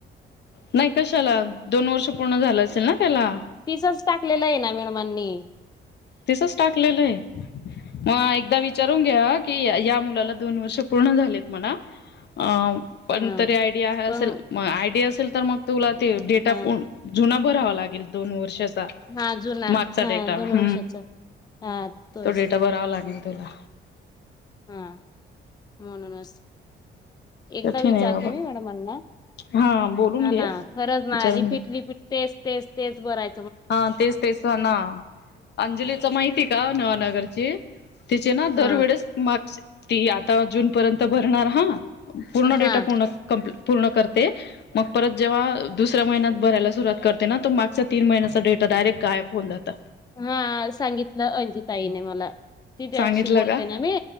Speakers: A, on the left (about 60°); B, on the left (about 20°).
A: नाही कशाला दोन वर्ष पूर्ण झालं असेल ना त्याला
B: फिसच टाकलेलं आहे ना मेडमांनी
A: तसच टाकलेलं आहे. मग एकदा विचारून घ्या की या मुलाला दोन वर्ष पूर्ण झालेत म्हणा अ पण
B: हा
A: तरी आयडिया आहे असेल
B: पण
A: म आयडिया असेल तर मग तुला ते डेटा
B: हा
A: जुना पुरावा लागेल दोन वर्षाचा
B: हा जुना
A: मागचा
B: हा
A: डेटा
B: दोन वर्षाचा
A: ह
B: हा तोच
A: तो डेटा भरावा लागेल तुला
B: हा म्हणूनच एकदा
A: कठीण
B: विचारते
A: आहे बाबा
B: मी मॅडमाना
A: हा बोलून
B: हा
A: घे
B: ना खरंच ना
A: विचारून
B: रिपीट
A: घ्या.
B: रिपीट तेच तेच तेच बराय
A: हा तेच तेच ना अंजलीच माहिती का नवानगरची त्याचे ना
B: हा
A: दरवेळेस मार्क्स ती आता जून पर्यंत भरणार हा पूर्ण
B: हा
A: डेटा पूर्ण कंप्ली पूर्ण करते मग परत जेव्हा दुसऱ्या महिन्यात भरायला सुरुवात करते ना तो मागच्या तीन महिन्या डेटा डारेक्ट गायब होऊन जात
B: हा सांगितलं अंजिताईने मला ती त्याशी
A: सांगितलं
B: बोलते
A: का
B: ना मी